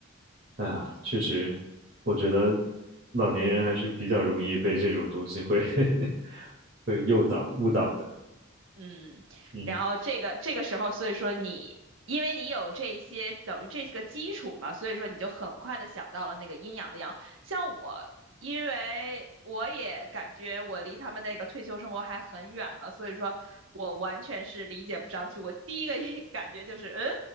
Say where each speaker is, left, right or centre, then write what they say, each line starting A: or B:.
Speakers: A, on the right; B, on the right.
A: 哎呀，确实，我觉得老年人还是比较容易被这种东西会 <laughs> 会诱导、误导的，
B: 嗯，
A: 嗯
B: 然后这个这个时候，所以说你因为你有这些等于这个基础嘛，所以说你就很快的想到了那个阴阳的阳。像我，因为我也感觉我离他们那个退休生活还很远嘛，所以说我完全是理解不上去。我第一个一 <laughs> 感觉就是，嗯，